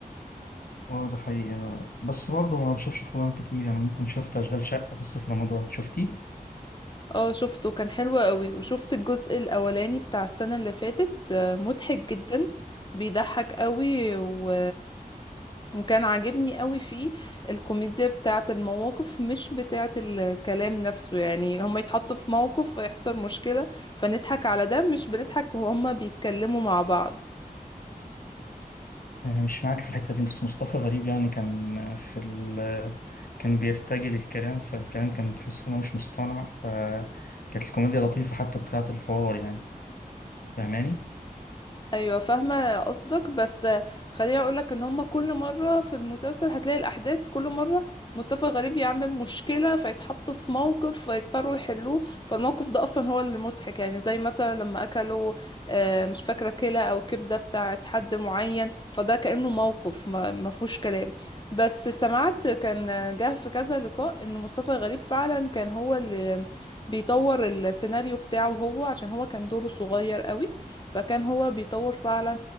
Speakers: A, on the left; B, on the left.
A: اه ده حقيقي انا بس برضه ما بشوفش في رمضان كتير يعني ممكن شفت اشغال شقه بس في رمضان شفتيه
B: اه شفته كان حلو قوي وشفت الجزء الاولاني بتاع السنة اللي فاتت آه، مضحك جدا بيضحك قوي و... وكان عاجبني قوي فيه الكوميديا بتاعة المواقف مش بتاعة الكلام نفسه يعني هما يتحطوا في موقف فيحصل مشكلة فنضحك على ده مش بنضحك وهما بيتكلموا مع بعض
A: يعني مش معاك في الحته دي بس مصطفى غريب يعني كان في ال كان بيرتجل الكلام فالكلام كان تحس انه مش مصطنع فكانت الكوميديا لطيفه حتى بتاعه الحوار يعني فاهماني
B: ايوه فاهمه قصدك بس خليني اقولك ان هما كل مره في المسلسل هتلاقي الاحداث كل مره مصطفى غريب يعمل مشكله فيتحطوا في موقف فيضطروا يحلوه فالموقف ده اصلا هو اللي مضحك يعني زي مثلا لما اكلوا آه، مش فاكره كلى او كبده بتاعت حد معين فده كانه موقف ما ما فيهوش كلام بس سمعت كان جه في كذا لقاء ان مصطفى غريب فعلا كان هو اللي بيطور السيناريو بتاعه هو عشان هو كان دوره صغير قوي فكان هو بيطور فعلا